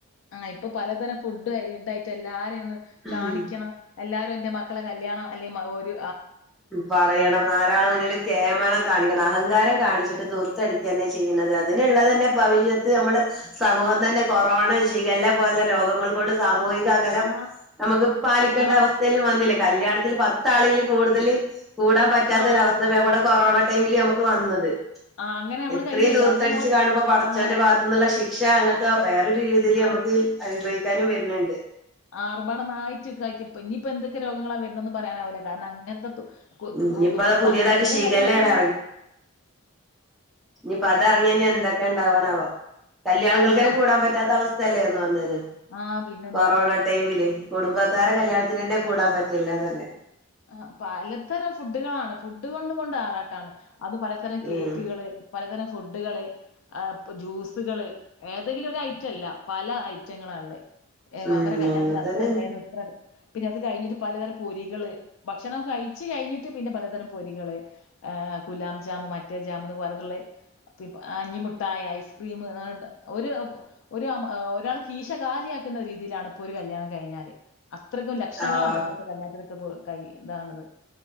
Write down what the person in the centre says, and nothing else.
ഉം
പറയണം നാലാളെ മുന്നില് കേമളം കാണിക്കണം അഹങ്കാരം കാണിച്ചിട്ട് ദുർ ത്തടിക്കല്ലേ ചെയ്യുണത് അതിനുള്ള തെന്നെ ഭവിഷ്യത്ത് നമ്മള് സമൂഹം തന്നെ കൊറോണം ഷിഗല്ലേ പോലെ ലോഗങ്ങൾക്കൊണ്ട് സാ മൂഹിക അകലം
നമുക്ക് പാലിക്കേണ്ട
അവസ്ഥേല് വന്നില്ലേ കല്യാണത്തില് പത്താളില് കൂടുതല്. കൂടാൻ പറ്റാത്ത
ഒരവസ്ഥ വേ വടെ കൊറോണ ടൈമില് നമക്ക് വന്നത്.
എത്രയും
ദൂർത്തടിച്ച്
കാണുമ്പോ പടച്ചോന്റെ
ഭാഗത്തുന്നുള്ള ശിക്ഷ അങ്ങക്ക വേറൊരു രീതിയിൽ
നമുക്ക് അനുഭവിക്കാനും വരുണ് ണ്ട്.
ഇനിയിപ്പോ
അത് പുതിയതായിട്ട്
ഷിഗല്ലയാണ്
നിപ്പോ അതെറങ്ങ്യ ന്നെ എന്തൊക്കെ ഉണ്ടാവണാവോ കല്യാണങ്ങൾക്കെന്നെ
കൂടാൻ പറ്റാത്ത അവസ്-. തല്ലെർന്നോ വന്നത്
കൊറോണ ടൈമില് കുടുംബക്കാരെ കല്യാണത്തിനെന്നെ കൂടാൻ പറ്റ തെല്ലാ തന്നെ.
ഉം
ഉം
അങ്ങനെ
തന്നെ
ആഹ്